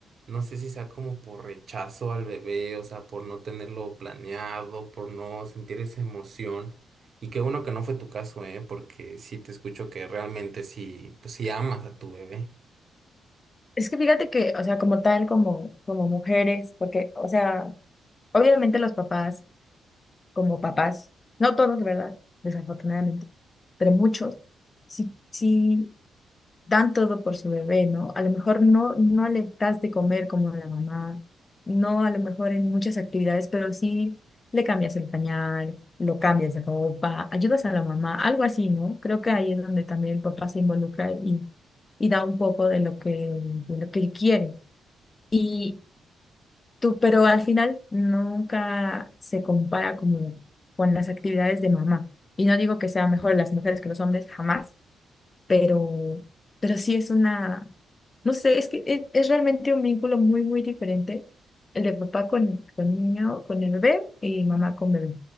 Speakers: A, on the right; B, on the left.
A: no sé si sea como por rechazo al bebé, o sea, por no tenerlo planeado, por no sentir esa emoción. Y qué bueno que no fue tu caso, ¿eh? Porque sí te escucho que realmente sí, pues sí amas a tu bebé.
B: Es que fíjate que, o sea, como tal, como, como mujeres, porque, o sea, obviamente los papás, como papás, no todos, ¿verdad? Desafortunadamente, pero muchos, sí, sí dan todo por su bebé, ¿no? A lo mejor no, no le das de comer como la mamá, no a lo mejor en muchas actividades, pero sí le cambias el pañal, lo cambias de ropa, ayudas a la mamá, algo así, ¿no? Creo que ahí es donde también el papá se involucra y, y da un poco de lo que, de lo que él quiere. Y tú, pero al final nunca se compara como con las actividades de mamá. Y no digo que sean mejor las mujeres que los hombres, jamás pero, pero sí es una, no sé, es que es, es realmente un vínculo muy, muy diferente el de papá con, con niño, con el bebé y mamá con bebé.